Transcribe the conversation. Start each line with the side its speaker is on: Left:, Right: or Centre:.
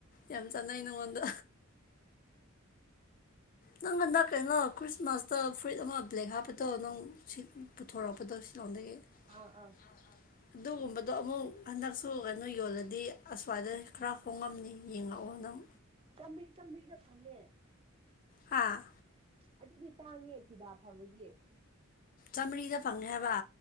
Left: ꯌꯥꯝ ꯆꯥꯟꯅꯩ ꯅꯉꯣꯟꯗ ꯅꯪ ꯍꯟꯗꯛ ꯀꯩꯅꯣ ꯈ꯭ꯔꯤꯁꯃꯥꯁꯇ ꯐꯨꯏꯠ ꯑꯃ ꯕ꯭ꯂꯦꯛ ꯍꯥꯞꯄꯗꯣ ꯅꯪ ꯄꯨꯊꯣꯔꯛꯄꯗꯣ ꯁꯤꯂꯣꯡꯗꯒꯤ
Right: ꯑꯥ ꯑꯥ
Left: <unintelligible> ꯑꯗꯨꯒꯨꯝꯕꯗꯣ ꯑꯃꯨꯛ ꯍꯟꯗꯛꯁꯨ ꯀꯩꯅꯣ ꯌꯣꯜꯂꯗꯤ ꯑꯁ꯭ꯋꯥꯏꯗ ꯈꯔ ꯍꯣꯡꯉꯝꯅꯤ ꯌꯦꯡꯉꯛꯑꯣ ꯅꯪ꯫
Right: ꯆꯝꯍꯔꯤ ꯆꯥꯝꯃꯔꯤꯗ ꯐꯪꯉꯦ꯫
Left: ꯍꯥꯥ
Right: ꯑꯗꯨꯗꯤ ꯇꯥꯡꯉꯦ ꯐꯤꯗꯥ ꯐꯕꯒꯤ꯫
Left: ꯆꯥꯝꯃꯔꯤꯗ ꯐꯪꯉꯦ ꯍꯥꯏꯕ꯫